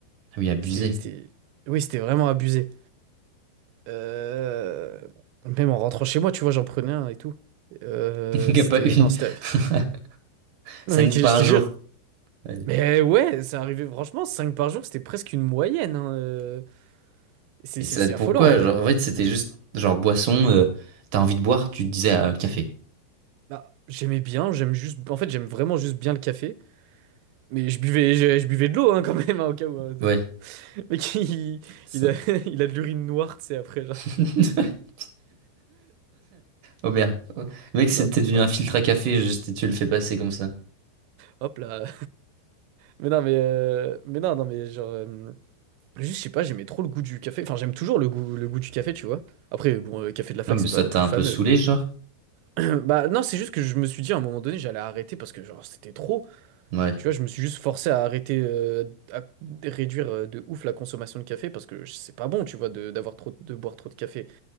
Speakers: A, on the right; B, on the right.
A: Ah oui, abusé.
B: C'était... c'était- Oui, c'était vraiment abusé. Euh, Même en rentrant chez moi, tu vois, j'en prenais un et tout. Euh,
A: <laughs> Il n'y
B: C'était...
A: a pas une.
B: Non, c'était...
A: <laughs>
B: Non,
A: Cinq
B: mais je
A: par
B: te
A: jour.
B: jure,
A: Ouais.
B: Mais ouais, c'est arrivé, franchement, 5 par jour, c'était presque une moyenne. hein, euh. C'est
A: Et
B: c'est-
A: ça,
B: c'est
A: pourquoi?
B: affolant en vrai.
A: Genre, en fait, c'était juste, genre, boisson, euh, t'as envie de boire, tu te disais ah, café.
B: Bah, j'aimais bien, j'aime juste. En fait, j'aime vraiment juste bien le café. Mais je buvais, je, je buvais de l'eau hein, quand même, hein, au cas où. hein.
A: Ouais,
B: <laughs> Le Mec, il,
A: ça.
B: il a, <laughs> il a de l'urine noire, tu sais, après, genre.
A: <laughs> Oh merde. Le mec,
B: Non,
A: c'était devenu
B: non.
A: un filtre à café, juste, et tu le fais passer comme ça.
B: Hop là. Mais non, mais. euh, Mais non, non, mais genre. euh, Juste, je sais pas, j'aimais trop le goût du café. Enfin, j'aime toujours le goût, le goût du café, tu vois. Après, bon, le café de la fac,
A: Non, mais
B: c'est
A: ça
B: pas non
A: t'a
B: plus
A: un
B: fameux.
A: peu saoulé, genre?
B: <clears throat> Bah, non, c'est juste que je me suis dit à un moment donné, j'allais arrêter parce que, genre, c'était trop.
A: Ouais.
B: Tu vois, je me suis juste forcé à arrêter, euh, à réduire euh, de ouf la consommation de café parce que c'est pas bon, tu vois, de, d'avoir trop, de boire trop de café.